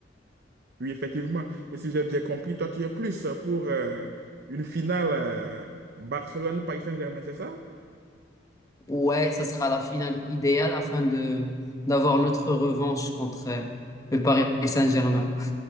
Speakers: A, on the right (about 55°); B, on the left (about 20°).
A: oui, effectivement. Et si j'ai bien compris, toi, tu es plus pour euh, une finale euh, Barcelone-Paris Saint-Germain, c'est ça?
B: Ouais, ça sera la finale idéale afin de d'avoir notre revanche contre euh, le Paris Saint-Germain.